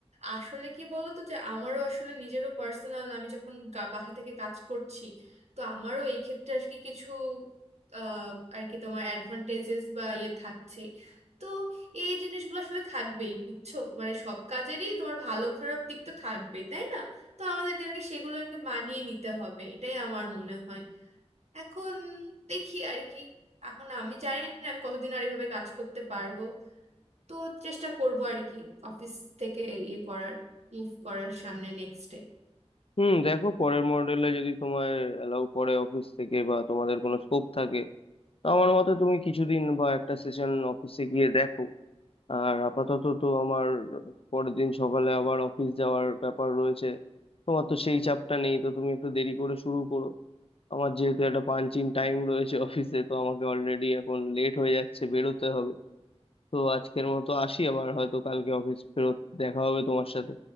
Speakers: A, on the right; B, on the left.
A: আসলে কি বলো তো যে আমারও আসলে নিজেরও পার্সোনাল আমি যখন গা- বাসা থেকে কাজ করছি তো আমারও এই ক্ষেত্রে আর কি কিছু আহ, আর কি তোমার অ্যাডভান্টেজেস বা ইয়ে থাকছে তো এই জিনিসগুলো আসলে থাকবেই বুঝছো মানে সব কাজেরই তোমার ভালো খারাপ দিক তো থাকবেই তাই না তো আমাদেরকে আর কি সেগুলোকে মানিয়ে নিতে হবে এটাই আমার মনে হয় এখন দেখি আর কি এখন আমি জানি না আমি কতদিন আর এভাবে কাজ করতে পারবো তো চেষ্টা করবো আর কি অফিস থেকে ইয়ে করার মুভ করার সামনে নেক্সটে
B: হুম দেখো পরের মডেলে যদি তোমার অ্যালাউ করে অফিস থেকে বা তোমাদের কোনো স্কোপ থাকে তো আমার মতে তুমি কিছুদিন বা একটা সেশন অফিসে গিয়ে দেখো আর আপাতত তো আমার পরের দিন সকালে আবার অফিস যাওয়ার ব্যাপার রয়েছে তোমার তো সেই চাপটা নেই তো তুমি একটু দেরি করে শুরু করো আমার যেহেতু একটা পাঞ্চিং টাইম রয়েছে অফিসে তো আমাকে অলরেডি এখন লেট হয়ে যাচ্ছে বেরোতে হবে তো আজকের মতো আসি আবার হয়তো কালকে অফিস ফেরত দেখা হবে তোমার সাথে